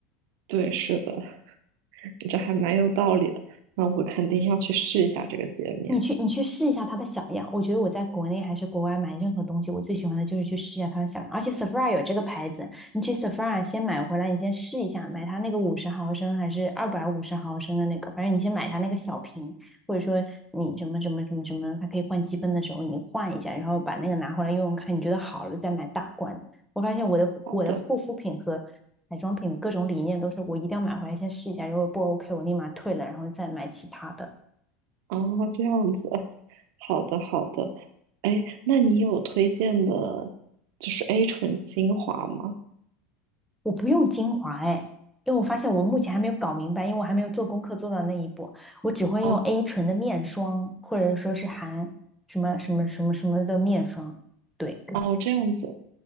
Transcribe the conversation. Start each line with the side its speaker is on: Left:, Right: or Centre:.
Right: 对是的。这还蛮有道理的。那我肯定要去试一下这个洁面。
Centre: 你去你去试一下它的小样，我觉得我在国内还是国外买任何东西，我最喜欢的就是去试一下它的小样。而且 Sephora 有这个牌子，你去 Sephora 先买回来，你先试一下，买它那个五十毫升还是二百五十毫升的那个，反正你先买它那个小瓶，或者说你什么什么什么什么，它可以换积分的时候你换一下，然后把那个拿回来用用看，你觉得好了再买大罐。我发现我的我的护肤品和彩妆品的各种理念都是，
Right: 好的，
Centre: 我一定要买回来先试一下，如果不 OK 我立马退了，然后再买其他的。
Right: 哦，这样子，好的，好的。哎，那你有推荐的，就是 A 醇精华吗？
Centre: 我不用精华哎，因为我发现我目前还没有搞明白，因为我还没有做功课做到那一步，我只会用
Right: 哦，
Centre: A 醇的面霜，或者说是含什么什么什么什么的面霜。对，
Right: 哦，这样子。